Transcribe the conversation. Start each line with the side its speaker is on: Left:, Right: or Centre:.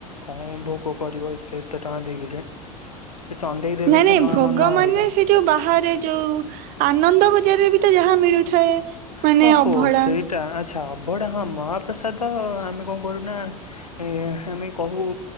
Left: କଣ ଭୋଗ କରିବ ଏତେ ଏତେ ଟଙ୍କା ଦେଇକି ଯେ। ସେ ଚନ୍ଦେଇ ଦେବେ
Right: ନାଇଁ ନାଇଁ
Left: ସେ ନନା
Right: ଭୋଗ ମାନେ
Left: ଘରିକା।
Right: ସେ ଯୋଉ ବାହାରେ ଯୋଉ ଆନନ୍ଦ ବଜାରରେ ବି ତ ଯାହା ମିଳୁଥାଏ। ମାନେ
Left: ହ ହୋ
Right: ଅଭଡା
Left: ସେଇଟା ଆଚ୍ଛା ଅବଢା ହଁ ମହାପ୍ରସାଦ ଆମେ କଣ କରୁନା ଏ ଆମେ କହୁ